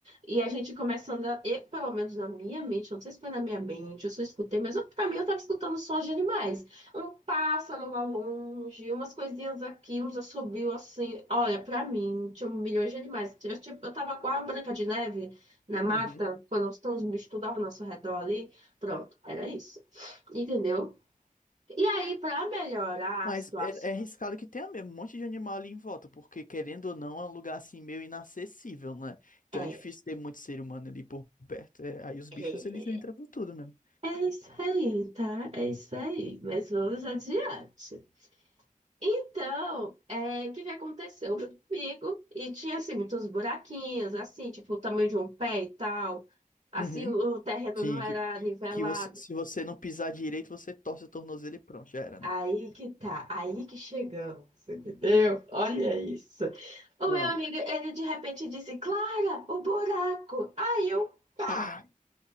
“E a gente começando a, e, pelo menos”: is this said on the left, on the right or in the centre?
Right